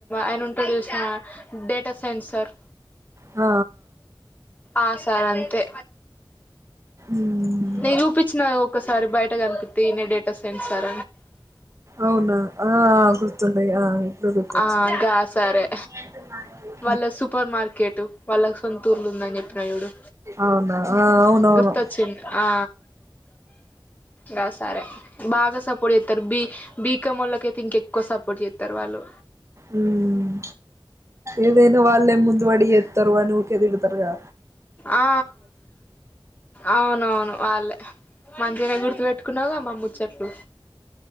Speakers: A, on the left (about 20°); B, on the right (about 35°).
A: ఆయనుంటడు చూసావా డేటా సైన్సర్
B: ఆ
A: ఆ సార్ అంతే
B: మ్మ్
A: నెంజూపించచ్చినగ ఒకసారి బయట్ టా కనిపింతే ఇనే డేటా సైన్స్ సార
B: అవునా ఆ గుర్తుండి ఆ ఇప్పుడు గుర్తొచ్
A: ఆ గా సరే
B: <unintelligible>
A: వాళ్ళ సూపర్ మార్కెట్ వాళ్ళ సొంతూర్లు ఉందని చెప్పిన జుడు
B: అవునా ఆ అవునవును
A: గుర్తొచ్చింది ఆ గా సరే బాగా సపోర్ట్ డెత్తరు బి బీకామ్ వాళ్ళక్ అయితే ఇంకా ఎక్కువ సపోర్ట్ చెత్తరు వాళ్ళు
B: ఉమ్ ఏదైనా వాళ్ళే ముందు రెడీ చెత్తరు అని ఊకే తిడుతారుగా
A: ఆ అవునవును వా ల్ మంచిగనే గుర్తు పెట్టుకున్నావుగా మాముచ్చట్లు